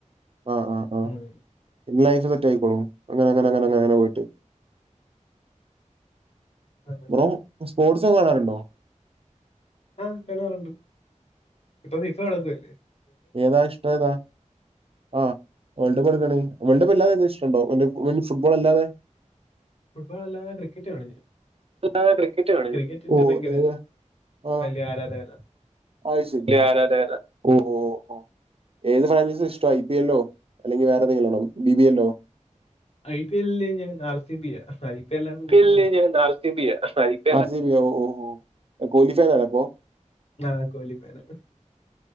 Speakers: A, on the right; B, on the left.
A: ആഹ് ആഹ്
B: ഉം
A: ലൈഫ് സെറ്റ് ആയ്ക്കോളും അങ്ങനെങ്ങന അങ്ങനങ്ങങ്ങനെ പോയിട്ട്
B: അതെ.
A: ബ്രോ സ്പോർട്സൊക്കെ കാണറുണ്ടോ
B: ആഹ് കാണാറുണ്ട് ഇപ്പൊ ഫിഫ നടക്കുകല്ലേ
A: ഏതാ ഇഷ്ട്ടം ഏതാ? ആഹ് വേൾഡപ്പ് തൊടങ്ങാനായി വേൾഡപ്പ് അല്ലാതെ ഏതേം ഇഷ്ട്ടണ്ടോ <unintelligible> മീൻസ് ഫുട്ബോൾ അല്ലാതെ
B: ഫുട്ബോൾ അല്ലാതെ ക്രിക്കറ്റ് കാണും ഞാൻ
A: ഫുട്മ്പോൾ അല്ലാതെ ക്രിക്കറ്റ് കാണും
B: ക്രിക്കറ്റിന്റെ
A: ഞാൻ ഓ
B: ഭയങ്കര
A: ഏത് ആഹ്
B: വലിയ ആരാധകന
A: അയ്ശരി വല്ല്യ ആരാധകനാ ഓഹ് ഓഹ് ഓഹ് ഏത് ഫൈനൽസാ ഇഷ്ട്ടം ഐ പി എല്ലോ അല്ലെങ്കി വേറെ ഏന്തെങ്കിലും ആണോ B B yellow
B: I P എല്ലില് ഞാൻ ആർ സി ബി യാ ഐ പി എല്ലാണ് കൂടുതല്
A: എല്ലില്
B: കാണുന്നത്.
A: ഞാൻ ആർ ബി യാ ഐ പി എല്ലാ ആർ സി ബി യാ ഓഹ് ഓഹ് കോലി ഫാനാപ്പോ
B: അതെ കോലി ഫാനാ